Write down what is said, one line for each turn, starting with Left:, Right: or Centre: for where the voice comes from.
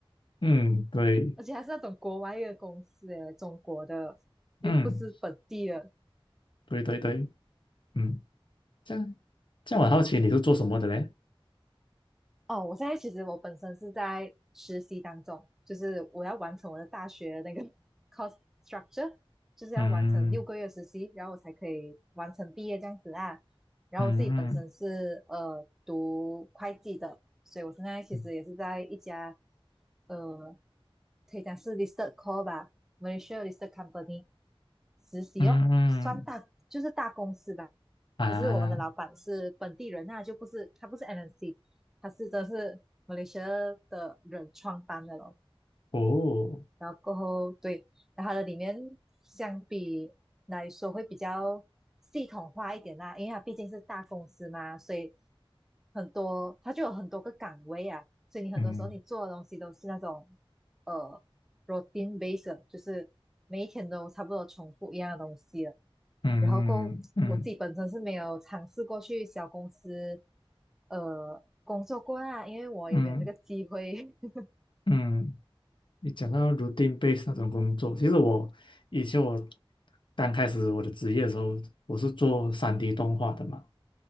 Left: 嗯对，
Centre: 而且还是那种国外的公司诶，中国的，又不是本地的。
Left: 嗯对对对，嗯，这样这样，我好奇你是做什么的嘞？
Centre: 哦，我现在其实我本身是在实习当中，就是我要完成我的大学那个 <laughs> cost structure，就是要完成六个月实习，
Left: 嗯
Centre: 然后我才可以完成毕业这样子啊。然后我自己本身是呃读会计的，
Left: 嗯嗯
Centre: 所以我现在其实也是在一家
Left: 嗯
Centre: 呃可以讲是 listed co 吧，Malaysia listed company 实习哦，
Left: 嗯嗯
Centre: 算大就是大公司吧。
Left: 啊，
Centre: 可是我们的老板是本地人那就不是他不是 MNC。它是真的是马来西亚的人创办的咯。
Left: 哦，
Centre: 然后过后对，然后它的里面相比来说会比较系统化一点啦、因为它毕竟是大公司嘛，所以很多它就有很多个岗位啊，所以你很多时候你做的东西都是那种
Left: 嗯。
Centre: 呃 routine base，就是每一天都差不多重复一样的东西了。
Left: 嗯嗯
Centre: 然后够我自己本身是没有尝试过去小公司，呃，工作过啊，因为我也没有这个机会。
Left: 嗯嗯，
Centre: <laughs>
Left: 嗯你讲到 routine base 那种工作，其实我以前我刚开始我的职业的时候，我是做三 d 动画的嘛。